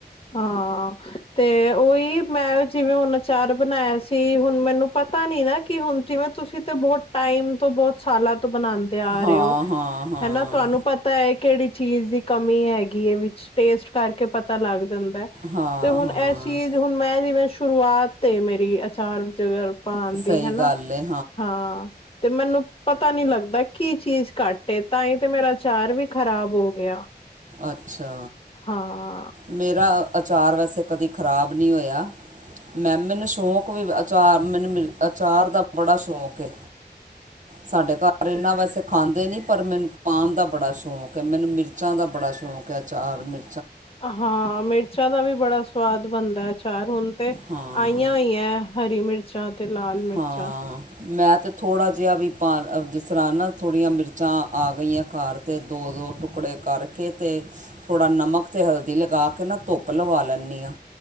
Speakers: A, on the left (about 35°); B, on the right (about 50°).
A: ਹਾਂ ਤੇ ਓਈ ਮੈਂ ਜਿਵੇਂ ਹੁਣ ਅਚਾਰ ਬਣਾਇਆ ਸੀ ਹੁਣ ਮੈਨੂੰ ਪਤਾ ਨੀ ਨਾ ਕੀ ਹੁਣ ਜਿਵੇਂ ਤੁਸੀਂ ਤੇ ਬੋ ਟਾਈਮ ਤੋਂ ਬੋਤ ਸਾਲਾਂ ਤੋਂ ਬਣਾਂਦੇ ਆ
B: ਹਾਂ
A: ਰੇ ਓ
B: ਹਾਂ ਹਾਂ
A: ਹੈਨਾ ਤੁਹਾਨੂੰ ਪ ਤਾ ਏ ਕੇੜੀ ਚੀਜ਼ ਦੀ ਕਮੀ ਹੈਗੀ ਐ ਵੀ ਟੇਸਟ ਕਰਕੇ ਪਤਾ ਲੱਗ ਜਾਂਦੈ
B: ਹਾਂ
A: ਤੇ ਹੁਣ
B: ਹਾਂ
A: ਏਸ ਚੀਜ਼ ਹੁਣ ਮੈਂ ਜਿਵੇਂ ਸ਼ੁਰੂਆਤ ਏ ਤੇ ਮੇਰੀ ਅਚਾਰ <unintelligible> ਪਾਣ ਦੀ
B: ਸਹੀ
A: ਹਨਾ
B: ਗੱਲ ਹੈ
A: ਹਾਂ। ਤੇ ਮੈਨੂੰ ਪਤਾ ਨੀ ਲੱਗਦਾ ਕੀ ਚੀਜ਼ ਘੱਟ ਏ ਤਾਂ ਈ ਤੇ ਮੇਰਾ ਅਚਾਰ ਵੀ ਖ਼ਰਾਬ ਹੋ ਗਿਆ।
B: ਅੱਛਾ।
A: ਹਾਂ।
B: ਮੇਰਾ ਆਚਾਰ ਵੈਸੇ ਕਦੀ ਖ਼ਰਾਬ ਨੀ ਹੋਇਆ। ਮੈਮ ਮੈਨੂੰ ਸ਼ੌਕ ਵੀ ਅਚਾਰ ਮੈਨੂੰ ਮਿਲ ਅਚਾਰ ਦਾ ਬੜਾ ਸ਼ੌਕ ਏ। ਸਾਡੇ ਘਰ ਇਨਾ ਵੈਸੇ ਖਾਂਦੇ ਨੀ ਪਰ ਮੈਨੂੰ ਪਾਣ ਦਾ ਬੜਾ ਸ਼ੌਕ ਐ ਮੈਨੂੰ ਮਿਰਚਾਂ ਦਾ ਬੜਾ ਸ਼ੌਕ ਐ ਅਚਾਰ ਮਿਰ
A: ਹਾਂ ਮਿਰਚਾਂ ਦਾ ਵੀ ਬੜਾ ਸਵਾਦ ਬਣਦਾ ਅਚਾਰ ਹੁਣ ਤੇ
B: ਹਾਂ
A: ਆਈਆਂ ਹੋਈਐ ਹਰੀ ਮਿਰਚਾਂ ਤੇ ਲਾਲ ਮਿਰਚਾਂ।
B: ਹਾਂ। ਮੈਂ ਤੇ ਥੋੜ੍ਹਾ ਜਿਆ ਵੀ ਪਾ ਜਿਸ ਤਰ੍ਹਾਂ ਨਾ ਥੋੜ੍ਹੀਆਂ ਮਿਰਚਾਂ ਆ ਗਈਆਂ ਕਾਰ ਤੇ ਦੋ-ਦੋ ਟੁਕੜੇ ਕਰਕੇ ਤੇ ਥੋੜ੍ਹਾ ਨਮਕ ਤੇ ਹਲਦੀ ਲਗਾ ਕੇ ਨਾ ਧੁੱਪ ਲਵਾ ਲੈਂਨੀ ਆ।